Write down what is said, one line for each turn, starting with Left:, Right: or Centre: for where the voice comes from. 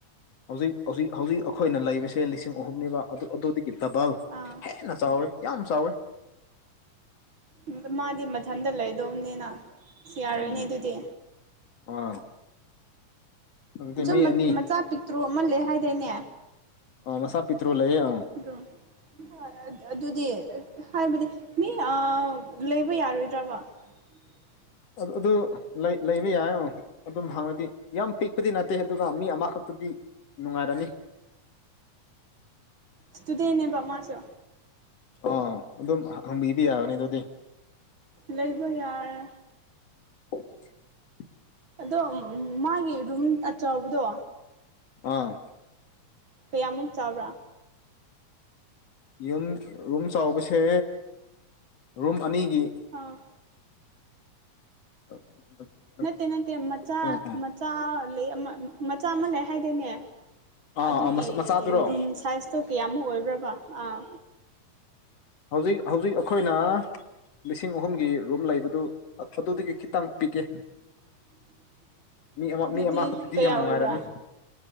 Left: ꯍꯧꯖꯤꯛ ꯍꯧꯖꯤꯛ ꯍꯧꯖꯤꯛ ꯑꯈꯣꯏꯅ ꯂꯩꯕꯁꯦ ꯂꯤꯁꯤꯡ ꯑꯍꯨꯝꯅꯦꯕ ꯑꯗꯨ ꯑꯗꯨꯗꯒꯤ ꯗꯕꯜ
Right: ꯑꯥ
Left: ꯍꯦꯟꯅ ꯆꯥꯎꯋꯦ ꯌꯥꯝ ꯆꯥꯎꯋꯦ꯫
Right: ꯎꯝ ꯃꯥꯗꯤ ꯃꯊꯟꯗ ꯂꯩꯗꯧꯅꯤꯅ ꯌꯥꯔꯣꯏꯅꯦ
Left: ꯎꯝ
Right: ꯑꯗꯨꯗꯤ꯫
Left: ꯑꯥ꯫ ꯑꯗꯨꯗꯤ
Right: ꯁꯨꯝ
Left: ꯃꯤ ꯑꯅꯤ
Right: ꯃꯆꯥ ꯄꯤꯛꯇ꯭ꯔꯨ ꯑꯃ ꯂꯩ ꯍꯥꯏꯗꯩꯅꯦ?
Left: ꯑ ꯃꯆꯥ ꯄꯤꯇ꯭ꯔꯨ ꯂꯩꯌꯦ ꯑ꯫
Right: ꯑꯗꯣ ꯍꯣꯏ ꯑꯗꯨꯗꯤ ꯍꯥꯏꯕꯗꯤ ꯃꯤ ꯑꯥ ꯂꯩꯕ ꯌꯥꯔꯣꯏꯗ꯭ꯔꯕ꯫ <inaudible>
Left: ꯑꯗꯨ ꯑꯗꯨ ꯂꯩ ꯂꯩꯕ ꯌꯥꯔꯔꯣꯏ꯫ ꯑꯗꯨꯝ ꯍꯪꯉꯗꯤ ꯌꯥꯝ ꯄꯤꯛꯄꯗꯤ ꯅꯠꯇꯦ ꯑꯗꯨꯒ ꯃꯤ ꯑꯃꯈꯛꯇꯗꯤ ꯅꯨꯡꯉꯥꯏꯔꯅꯤ꯫
Right: ꯏꯁꯇꯨꯗꯦꯟꯅꯦꯕ ꯃꯥꯁꯨ꯫
Left: ꯑꯥ ꯑꯗꯨꯝ ꯍꯪꯕꯤꯕ ꯌꯥꯒꯅꯤ ꯑꯗꯨꯗꯤ꯫
Right: ꯂꯩꯕ ꯌꯥꯔꯦ꯫
Left: <inaudible>
Right: ꯑꯗꯣ ꯃꯥꯒꯤ ꯔꯨꯝ ꯑꯆꯧꯕꯗꯣ꯫
Left: ꯑꯥ꯫
Right: ꯀꯌꯥꯃꯨꯛ ꯆꯥꯎꯕ꯭ꯔꯥ꯫
Left: ꯌꯨꯝ ꯔꯨꯝ ꯆꯥꯎꯕꯁꯦ ꯔꯨꯝ ꯑꯅꯤꯒꯤ
Right: ꯑꯥ꯫
Left: <unintelligible>
Right: ꯅꯠꯇꯦ ꯅꯠꯇꯦ ꯃꯆꯥ
Left: ꯎꯝ ꯎꯝ
Right: ꯃꯆꯥ ꯂꯩ ꯑꯃ ꯃꯆꯥ ꯑꯃ ꯂꯩ ꯍꯥꯏꯗꯥꯏꯅꯦ꯫
Left: ꯑꯥ
Right: ꯑꯗꯨꯒꯤ
Left: ꯃꯆꯥꯗꯨꯔꯣ
Right: ꯔꯨꯝ ꯁꯥꯏꯖꯇꯣ ꯀꯌꯥꯃꯨꯛ ꯑꯣꯏꯕ꯭ꯔꯕꯥ ꯑꯥ꯫
Left: ꯍꯧꯖꯤꯛ ꯍꯧꯖꯤꯛ ꯑꯩꯈꯣꯏꯅ ꯂꯤꯁꯤꯡ ꯑꯍꯨꯝꯒꯤ ꯔꯨꯝ ꯂꯩꯕꯗꯨ ꯑꯗꯨꯗꯒꯤ ꯈꯤꯇꯪ ꯄꯤꯑꯦ꯫
Right: <unintelligible>
Left: ꯃꯤ ꯑꯃ
Right: ꯑꯗꯨꯗꯤ
Left: ꯃꯤ ꯑꯃꯈꯛꯇꯗꯤ
Right: ꯀꯌꯥ
Left: ꯌꯥꯝ ꯅꯨꯡꯉꯥꯏꯔꯅꯤ
Right: ꯑꯣꯏꯕ꯭ꯔꯥ